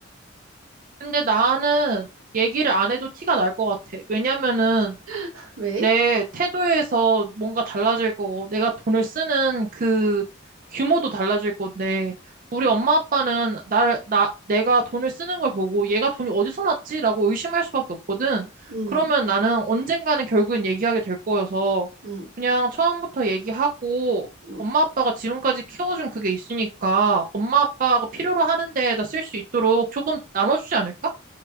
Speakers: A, on the right; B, on the right.
A: 근데 나는 얘기를 안 해도 티가 날 것 같아. 왜냐면은
B: <laughs> 왜?
A: 내 태도에서 뭔가 달라질 거고, 내가 돈을 쓰는 그 규모도 달라질 건데, 우리 엄마 아빠는 날, 나, 내가 돈을 쓰는 걸 보고 얘가 돈이 어디서 났지라고 의심할 수밖에 없거든.
B: 음,
A: 그러면 나는 언젠가는 결국엔 얘기하게 될 거여서
B: 음,
A: 그냥 처음부터 얘기하고
B: 음.
A: 엄마 아빠가 지금까지 키워준 그게 있으니까 엄마 아빠가 필요로 하는 데에다 쓸 수 있도록 조금 나눠주지 않을까?